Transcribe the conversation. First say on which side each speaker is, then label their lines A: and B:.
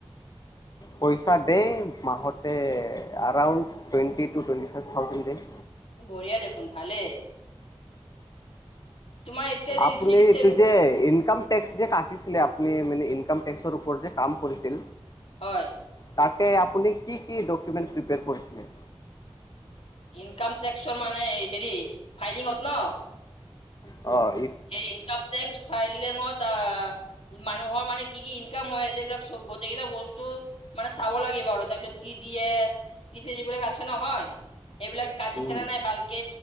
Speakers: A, on the left (about 40°); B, on the left (about 85°).
A: পইচা দে মাহতে around twenty two twenty five thousand দে।
B: বঢ়িয়া দেখোন, ভালেই। তোমাৰ এতিয়া যি
A: আপুনি
B: ছিক্স চেম
A: এইটো যে ইনকম টেক্স যে কাটিছিলে আপুনি মানে ইনকাম টেক্সৰ ওপৰত যে কাম কৰিছিল।
B: হয়।
A: তাতে আপুনি কি কি ডকুমেণ্টৰ প্ৰিপেৰ কৰিছিলে?
B: ইনকাম টেক্সৰ মানে হেৰি ফাইৰিংত ন?
A: অহ,
B: সি ইনকম টেক্স ফাইললেংত আহ, মানুহৰ মানে কি কি ইনকাম হৈ আছে, এইবিলাক চ' গোটেইকেইটা বস্তু মানে চাব লাগিব বাৰু তাৰপিছত টি ডি এছ, টি <unintelligible> এইবিলাক আছে নহয়? সেইবিলাক কাটিছেনে
A: উম,
B: নাই ভালকে?